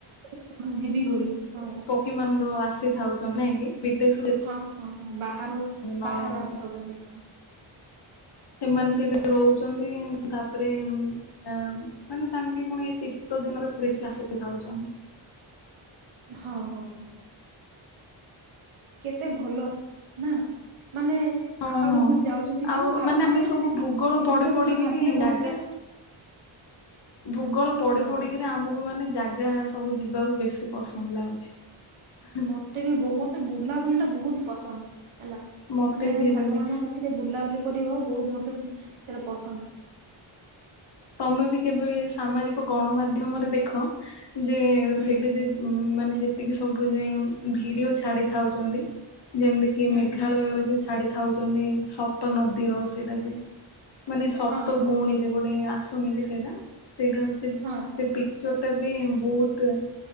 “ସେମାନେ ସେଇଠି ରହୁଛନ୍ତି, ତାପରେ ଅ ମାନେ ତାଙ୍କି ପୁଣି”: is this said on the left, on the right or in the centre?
Left